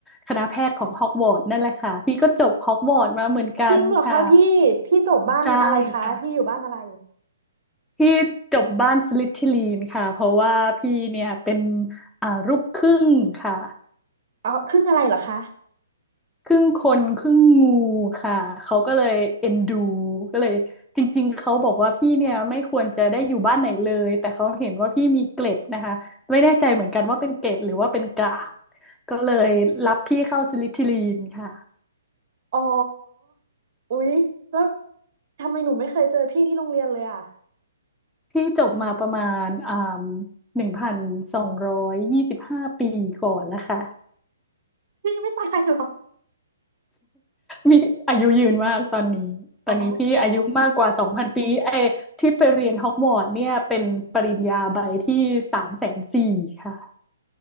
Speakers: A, in the centre; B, on the right (about 50°).
A: คณะแพทย์ของฮอกวอตส์นั่นแหละค่ะพี่ก็จบฮอกวอตส์มาเหมือนกันค่ะ
B: จริงเหรอคะพี่พี่จบบ้านอะไรคะพี่อยู่บ้านอะไร
A: ใช่ค่ะ พี่จบบ้านสลิธีรินค่ะเพราะว่าพี่เนี่ยเป็นอ่าลูกครึ่งค่ะ
B: อ๋อครึ่งอะไรเหรอคะ
A: ครึ่งคนครึ่งงูค่ะเขาก็เลยเอ็นดูก็เลยจริงๆเขาบอกว่าพี่เนี่ยไม่ควรจะได้อยู่บ้านไหนเลยแต่เขาเห็นว่าพี่มีเกล็ดนะคะไม่แน่ใจเหมือนกันว่าเป็นเกล็ดหรือว่าเป็นกลางก็เลยรับพี่เข้าสลิธีรินค่ะ
B: อ๋ออุ๊ยแล้วทำไมหนูไม่เคยเจอพี่ที่โรงเรียนเลยอ่ะ
A: พี่จบมาประมาณอ่าหนึ่งพันสองร้อยยี่สิบห้าปีก่อนแล้วค่ะ
B: พี่ไม่ตายเหรอ
A: มีอายุยืนมากตอนนี้ตอนนี้พี่อายุมากกว่าสองพันปีไอ้ที่ไปเรียนฮอกวอตส์เนี่ยเป็นปริญญาใบที่สามแสนสี่ค่ะ
B: อ๋ออ๋ออ๋อ